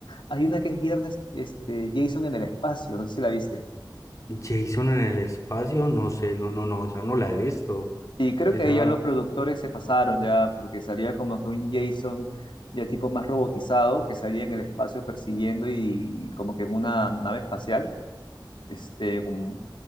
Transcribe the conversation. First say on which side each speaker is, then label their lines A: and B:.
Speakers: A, on the left; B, on the left.
A: hay una que es viernes, este, Jason en el espacio, no sé si la viste.
B: Jason en el espacio, no sé, no, no, no, esa no la he visto.
A: Y creo
B: esa
A: que ahí ya los productores se pasaron ya, porque salía como que un Jason ya tipo más robotizado, que salía en el espacio persiguiendo y como que en una nave espacial, este, como-